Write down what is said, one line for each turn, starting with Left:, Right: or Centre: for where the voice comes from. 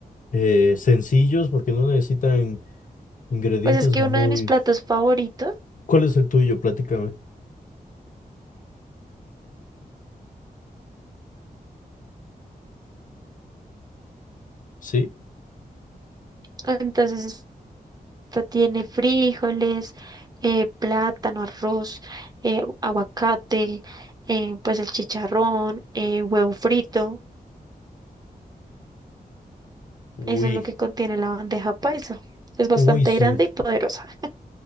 Left: eh, sencillos porque no necesitan ingredientes
Right: Pues es que
Left: muy...
Right: uno de mis platos favoritos,
Left: ¿Cuál es el tuyo? Platícame. ¿Sí?
Right: entonces esta tiene frijoles, eh, plátano, arroz, eh, aguacate, eh, pues el chicharrón, eh, huevo frito.
Left: Uy,
Right: Eso es lo que contiene la bandeja paisa. Es bastante
Left: uy, sí,
Right: grande y poderosa.